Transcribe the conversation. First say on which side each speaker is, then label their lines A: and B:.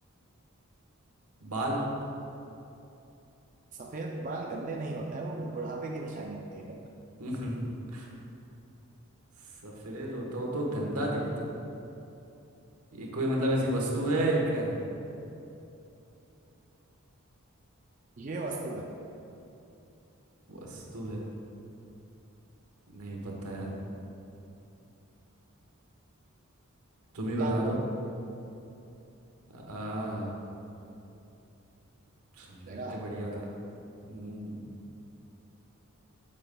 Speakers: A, on the right (about 85°); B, on the right (about 35°).
A: बाल
B: सफेद बाल गंदे नहीं होते हैं वो बस बुढ़ापे की निशानी होती है
A: <laughs> सफेद होता हूँ तो गंदा दिखता हूँ ये कोई मतलब ऐसी वस्तु है या क्या है
B: ये वस्तु है
A: वस्तु है नहीं पता यार तुम ही
B: Black
A: बता
B: board
A: दो आ चलो
B: देखा
A: ये तो बढ़िया था हम्म